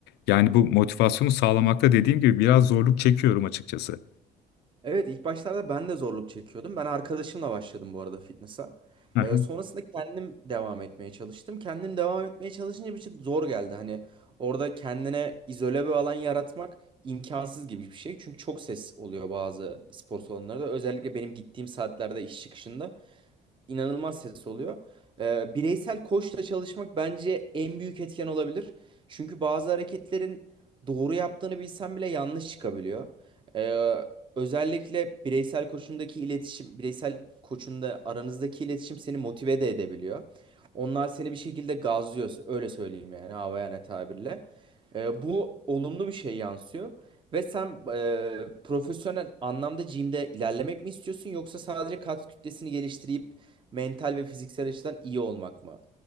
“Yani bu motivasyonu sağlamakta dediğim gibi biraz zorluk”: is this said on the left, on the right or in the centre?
Left